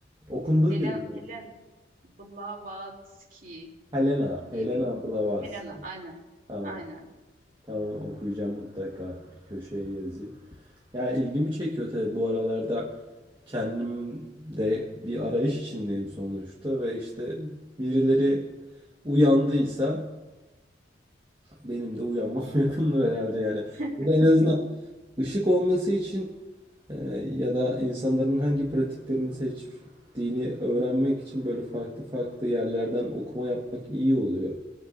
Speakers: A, on the right; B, on the right.
A: Okunduğu
B: Helen
A: gibi mi?
B: Helen Blavatsky
A: Helena. Helena
B: diye bir
A: Blavatsky.
B: Helena, aynen.
A: Tamam.
B: Aynen.
A: Tamam okuyacağım mutlaka. Bir köşeye yazayım. Ya ilgimi çekiyor tabii bu aralarda kendim de bir arayış içindeyim sonuçta ve işte birileri uyandıysa Benim de uyanmam <laughs> yakındır herhalde yani.
B: <laughs>
A: Burada en azından ışık olması için e, ya da insanların hangi pratiklerini seçtiğini öğrenmek için böyle farklı farklı yerlerden okuma yapmak iyi oluyor.